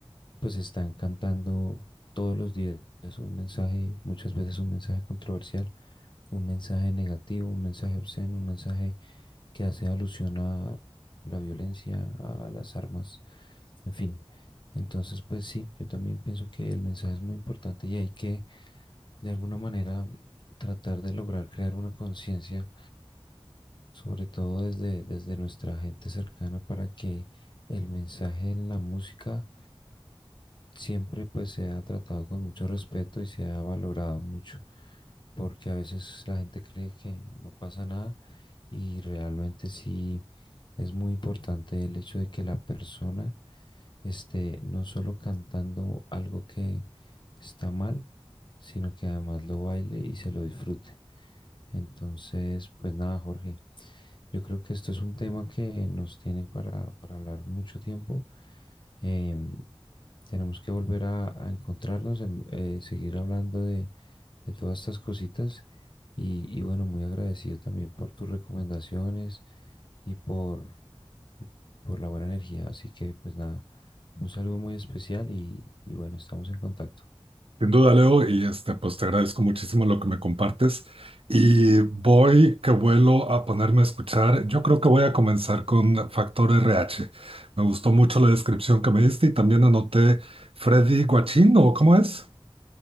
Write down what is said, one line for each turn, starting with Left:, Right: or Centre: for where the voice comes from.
Left: pues están cantando todos los días un mensaje, muchas veces un mensaje controversial, un mensaje negativo, un mensaje obsceno, un mensaje que hace alusión a la violencia, a las armas, en fin. Entonces, pues sí, yo también pienso que el mensaje es muy importante y hay que, de alguna manera, tratar de lograr crear una conciencia, sobre todo desde, desde nuestra gente cercana, para que el mensaje en la música siempre pues se ha tratado con mucho respeto y se ha valorado mucho, porque a veces la gente cree que no pasa nada y realmente sí es muy importante el hecho de que la persona esté no solo cantando algo que está mal, sino que además lo baile y se lo disfrute. Entonces, pues nada, Jorge, yo creo que esto es un tema que nos tiene para, para hablar mucho tiempo. Em, tenemos que volver a, a encontrarnos, em, eh, seguir hablando de, de todas estas cositas. Y, y bueno, muy agradecido también por tus recomendaciones y por, y por la buena energía. Así que pues nada, un saludo muy especial y, y bueno, estamos en contacto.
Right: Sin duda, Leo, y este, pues te agradezco muchísimo lo que me compartes. Y voy que vuelo a ponerme a escuchar. Yo creo que voy a comenzar con Factor RH. Me gustó mucho la descripción que me diste y también anoté Freddy Guachín, ¿o cómo es?